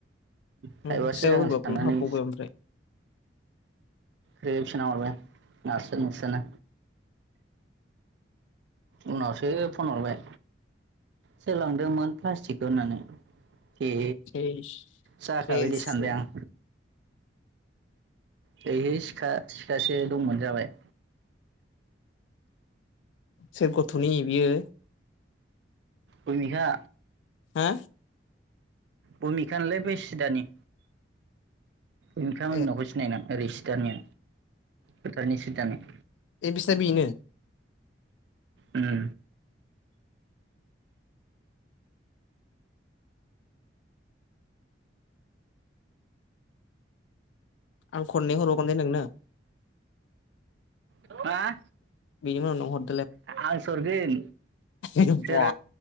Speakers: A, on the right; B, on the left.
A: थाइबासो
B: उम सिखायाबो
A: जागोन
B: बोरैबा
A: साननानै
B: ग्लब हाबबावबाय ओमफ्राय
A: ग्रोब सोनाहरबाय आं नारसो नारसोनो उनावसो फन हरबाय सोरलांदोंमोन प्लास्टिकखौ होननानै ए
B: सेस
A: जाखाबाय
B: सेस
A: दे सानबाय
B: सेस
A: आं। है सिखा सिखासो दंमोन जाबाय
B: सोर गथ'नि बियो
A: ओइहा
B: हा
A: भुमिखानिलै बेै सिदानि नोंथां
B: ए
A: मुवाखौ सिनायना ओरै सि दानिया फोथारनि सिदानि
B: ए बिसा बेनो
A: उम
B: आं खननै हरावगोन दे नोंनो
A: हा
B: बिनि उनाव नों हर
A: आंसो हरगोन
B: ओमफ्राय
A: सोर
B: बा